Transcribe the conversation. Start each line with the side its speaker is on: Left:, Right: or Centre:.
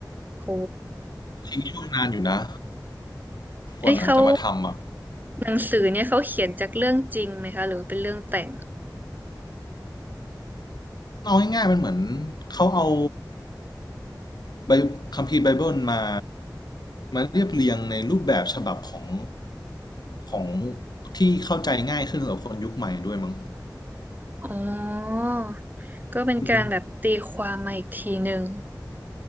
Right: โห
Left: ทิ้งช่วงนานอยู่นะ
Right: เอ้ยเขา
Left: กว่าหนังจะมาทำอ่ะ
Right: หนังสือเนี่ยเขาเขียนจากเรื่องจริงไหมคะหรือเป็นเรื่องแต่ง
Left: เอาง่ายๆมันเหมือนเขาเอาไบคัมภีร์ไบเบิลมามาเรียบเรียงในรูปแบบฉบับของของที่เข้าใจง่ายขึ้นสำหรับคนยุคใหม่ด้วยมั้ง
Right: อ๋อ ก็เป็นการแบบตีความมาอีกทีหนึ่ง
Left: อืม